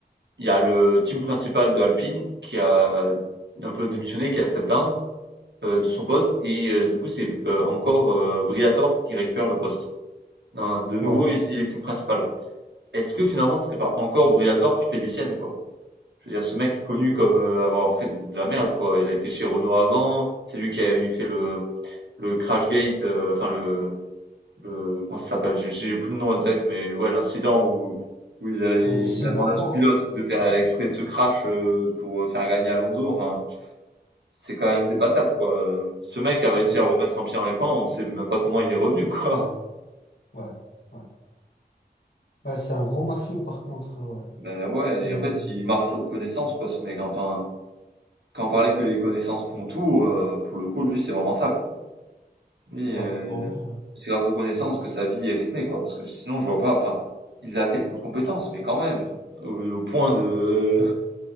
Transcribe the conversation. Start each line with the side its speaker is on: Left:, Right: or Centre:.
Right: il y a le team principal de Alpine qui a un peu démissionné, qui a step down euh, de son poste, et euh, du coup c'est euh, encore euh, Briator qui récupère le poste. Hein, de nouveau,
Left: Ouais.
Right: il est team principal. Est-ce que finalement ce serait pas encore Briatore qui fait des siennes, quoi? Je veux dire, ce mec est connu comme euh, avoir fait de la merde, quoi. Il a été chez Renault avant, c'est lui qui avait fait le, le Crashgate, euh, enfin le, euh, comment ça s'appelle? J'ai j'ai plus le nom exact, mais ouais, l'incident où, où il a, il
Left: Euh, de Singapour.
Right: a demandé à son pilote de faire exprès de ce crash euh, pour euh, faire gagner Alonso. Enfin, c'est quand même débattable,
Left: Ouais,
Right: quoi. Euh, Ce mec a réussi
Left: ouais,
Right: à remettre un pied en F1, on sait même pas comment il est revenu, <laughs> quoi.
Left: ouais, ouais. Ouais, c'est un gros mafieux par contre, ouais.
Right: Ben ouais,
Left: Et
Right: et en fait, il marche aux connaissances, quoi, ce mec. hein. Enfin, quand on parlait que les connaissances font tout, euh, pour le coup, lui, c'est vraiment ça, quoi. Lui,
Left: ouais,
Right: euh,
Left: en vrai,
Right: c'est grâce aux connaissances que sa vie est rythmée, quoi. Parce que sinon, je vois pas, enfin, il a quelques compétences, mais quand même, au, au point de,